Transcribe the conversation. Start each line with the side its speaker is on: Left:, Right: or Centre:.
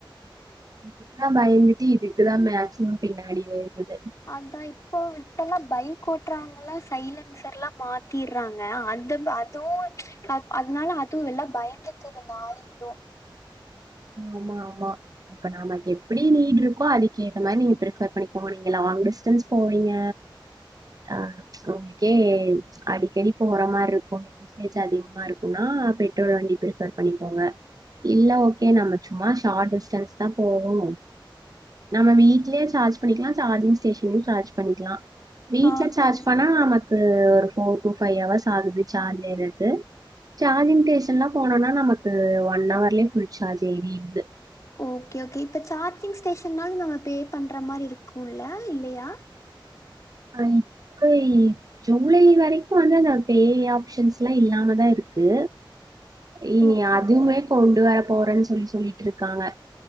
Right: இதுக்குதா பயந்துட்டு இதுக்குதா மேக்சிமம் பின்னாடி வெரட்டுது
Left: அதா இப்போ விட்டெல்லா பைக் ஓட்றவங்கெல்லா சைலன்சர்லா மாத்திர்றாங்க அந்தந்த அ தோன் அத் அதுனால அதுவு எல்லா பயந்துக்கிது நாயிங்குளு
Right: ஆமா ஆமா இப்ப நமக்கு எப்பிடி இருக்கோ அடி கேத்த மாரி நீங்க பிரிஃபர் பண்ணிக்கோங்க நீங்க லாங்டிஸ்டன்ஸ் போவீங்க ஆ உங்ளுக்கே அடிக்கடி தூங்குற மார்ருக்கும் யூசேஜ் அதிகுமா இருக்குனா எல்ட்ரிக்கல் வண்டி பிரிஃபர் பண்ணி போங்க இல்ல ஓ கே நம்ம சும்மா ஷாட் டிஸ்டன்ஸ்தா போவோ நம்ம வீ்ட்லே சார்ஜ் பண்ணிக்கிலா ஜார்ஜிங் ஸ்டேஷன்ல்யு சார்ஜ் பண்ணிக்கிலா வீட்ல
Left: ஆஹா
Right: சார்ஜ் பண்ணா நமக்கு ஒரு ஃபோர் டூ ஃபையவர்ஸ் ஆகுது சார்ஜ் ஏறக்கு சார்ஜிங் ஸ்டேஷன்லா போனோனா நமக்கு ஒன்னவர்லே ஃபுல் சார்ஜ் ஏறிர்து
Left: ஓகே ஓகே இப்போ சார்ஜிங் ஸ்டேஷனாலு நம்ம பே பண்ற மாரி இருக்குல இல்லையா
Right: அது இப்போயி ஜூலை வரைக்கு வந்து ஆனா பேய் ஆப்ஷன்ஸ்லா இல்லாமதா இருக்கு இனி
Left: ஓகே
Right: அதுமே
Left: ஓகே ஓகே
Right: கொண்டு வர போறேன் சொல்லி சொல்லிட்ருக்காங்க